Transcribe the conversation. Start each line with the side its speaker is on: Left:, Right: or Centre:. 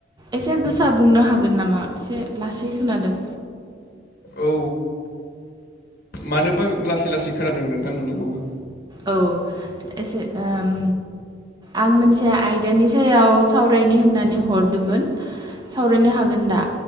Right: एसे गोसा बुंनो हागोन नामा एसे लासै खोनादों।
Left: औ मानोबा लासै लासै खोनादों नोंथां नोंनिखौबो।
Right: औ एसे ओम आं मोनसे आयदानि सायाव सावरायनि होननानै हरदोंमोन। सावरायनो हागोन दा?